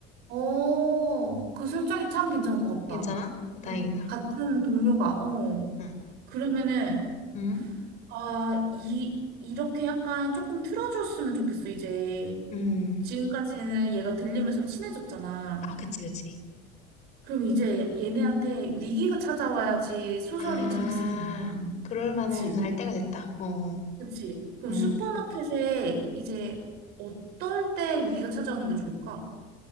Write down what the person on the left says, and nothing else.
괜찮아? 다행이다.
응.
응?
응.
아 그치, 그치.
아.
그럴 만한
할 때가 됐다. 어어.
음.